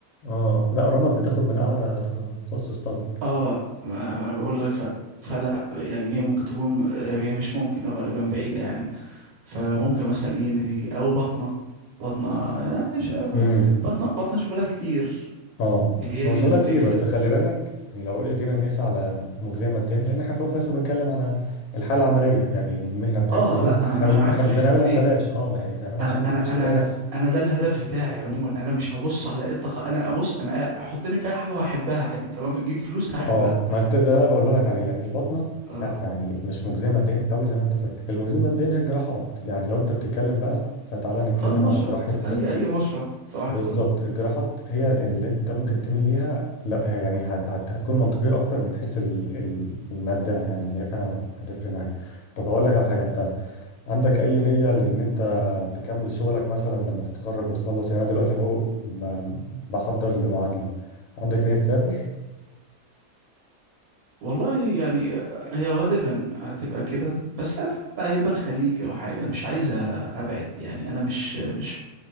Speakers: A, on the left (about 70°); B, on the right (about 70°).
A: اه لا رمد بتاخد من اعلى تخ- تخصص طبعا
B: اه ما ما انا بقول لك ف فلا يعني هي ممكن تكون آه، هي مش ممكن آه، غالبا بعيده يعني فممكن مثلا اي ان تي او بطنه بطنه آه، شايف
A: امم
B: بطنه بطنه شغلها كتير
A: اه
B: هي
A: هو
B: دي
A: شغلها
B: الفكره
A: كتير بس خلي بالك يعني لو جينا نقيس على مجزيه ماديا لان احنا في الأول وفي الاخر بنتكلم عن الحاله العمليه يعني المهنه بتاعتنا
B: اه
A: دي
B: لا انا
A: احنا
B: انا
A: مش
B: معاك
A: احنا
B: في
A: مش
B: الحته
A: بنعملها
B: دي
A: ببلاش اه يعني بنعملها
B: انا
A: عشان الفلوس
B: انا
A: في
B: انا
A: الاول والاخر
B: انا ده الهدف بتاعي عموما انا مش هبص على ايه الطاقه انا ابص انا حطني في اي حاجه وهحبها عادي طالما بتجيب فلوس هحبها
A: اه ما كنت ده انا بقوله لك عليه يعني البطنه
B: اه
A: لا يعني مش مجزيه ماديا قوي زي ما انت فاكر المجزيه ماديا هي الجراحات يعني لو انت بتتكلم بقى فتعالى نتكلم
B: آه، المشرط
A: على جراحه
B: اي اي مشرط صباح
A: بالظبط
B: الفل
A: الجراحات هي اللي انت ممكن تميل ليها لا هي يعني هت- هت- هتكون منطقيه اكتر من حيث ال- ال- الماده يعني اللي هي فعلا هت- هتفرق معاك طب هقول لك على حاجه انت عندك اي نيه لان انت تكمل شغلك مثلا لما تتخرج وتخلص يعني انا دلوقتي اهو ب- بحضر لمعادله عندك نيه تسافر
B: والله يعني آه، هي غالبا هتبقى كده بس اتمنى هيبقى الخليج او حاجه مش عايزه ابعد يعني انا مش مش